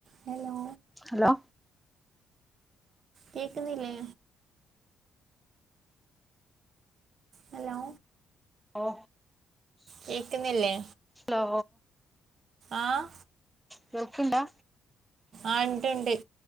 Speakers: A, on the right; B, in the centre.
A: Hello
B: hello
A: കേക്കുന്നില്ലേ hello
B: ഓ
A: കേക്കുന്നില്ലേ
B: ഹലോ
A: ആഹ്
B: കേൾക്കണ്ടാ
A: ആഹ് ഇണ്ട്ണ്ട്‌